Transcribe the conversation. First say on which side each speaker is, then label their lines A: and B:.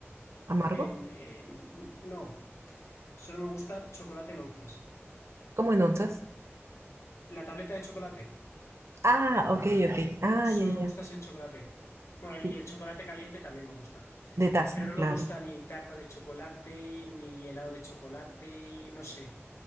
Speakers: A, on the right; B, on the left.
A: ¿Amargo?
B: en, en- No, solo me gusta chocolate en onzas.
A: ¿Cómo en onzas?
B: La tableta de chocolate.
A: Ah, ok, ok. Ah,
B: Solo
A: ya, ya,
B: me gusta
A: ya.
B: así el chocolate. Bueno, y
A: Sí,
B: el chocolate caliente también me gusta.
A: De taza,
B: Pero no me
A: claro,
B: gusta ni tarta de chocolate, ni helado de chocolate, no sé.